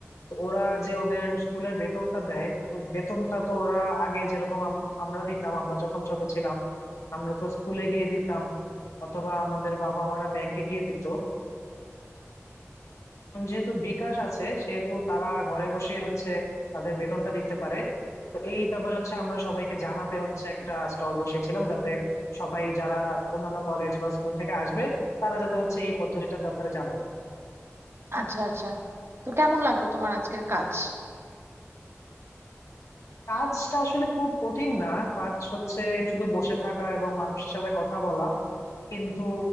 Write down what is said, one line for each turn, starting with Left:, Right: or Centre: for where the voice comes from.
Left: তো ওরা যে ওদের স্কুলের বেতনটা দেয় তো বেতনটা তো ওরা আগে যেরকম আম- আমরা দিতাম আমরা যখন ছোট ছিলাম আমরা তো স্কুলে গিয়ে দিতাম অথবা আমাদের বাবা মারা ব্যাংকে গিয়ে দিত যেহেতু বিকাশ আছে সেহেতু তারা ঘরে বসেই হচ্ছে তাদের বেতনটা দিতে পারে তো এই ব্যাপারে হচ্ছে আমরা সবাইকে জানাতে হচ্ছে একটা স্টল বসিয়েছিলাম যাতে সবাই যারা অন্যান্য কলেজ বা স্কুল থেকে আসবে তারা যাতে হচ্ছে এই পদ্ধতিটার ব্যাপারে জানতে পারে
Right: আচ্ছা আচ্ছা। তো কেমন লাগলো তোমার আজকের কাজ?
Left: কাজটা আসলে খুব কঠিন না কাজ হচ্ছে শুধু বসে থাকা এবং মানুষের সাথে কথা বলা কিন্তু